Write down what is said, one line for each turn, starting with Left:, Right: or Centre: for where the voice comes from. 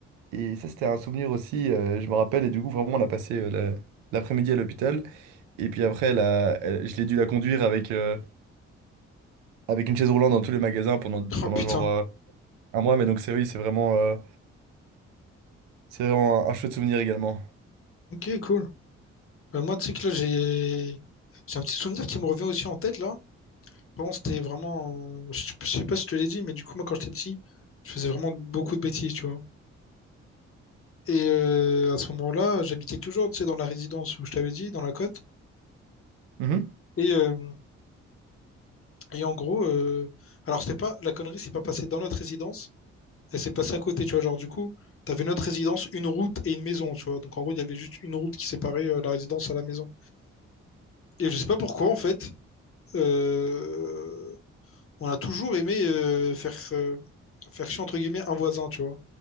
Right: Et ça, c'était un souvenir aussi, euh, je me rappelle, et du coup, vraiment, on a passé euh, la- l'après-midi à l'hôpital, et puis après, elle a- elle- je l'ai dû la conduire avec, euh, avec une chaise roulante dans tous les magasins pendant,
Left: Oh
Right: pendant
Left: putain.
Right: genre euh, un mois, mais donc c'est oui, c'est vraiment, euh, c'est vraiment un, un chouette souvenir également.
Left: Ok, cool. Euh, moi, tu sais que là, j'ai... J'ai un petit souvenir qui me revient aussi en tête, là. Vraiment, c'était vraiment. Je je sais pas si je te l'ai dit, mais du coup, moi, quand j'étais petit, je faisais vraiment beaucoup de bêtises, tu vois. Et euh, à ce moment-là, j'habitais toujours, tu sais, dans la résidence où je t'avais dit, dans la côte.
Right: Mhm.
Left: Et, euh, et en gros, euh, alors c'était pas la connerie, c'est pas passé dans notre résidence, elle s'est passée à côté, tu vois. Genre, du coup, t'avais notre résidence, une route et une maison, tu vois. Donc en gros, il y avait juste une route qui séparait euh, la résidence à la maison. Et je sais pas pourquoi, en fait. euh, on a toujours aimé euh, faire, euh, faire chier entre guillemets un voisin, tu vois.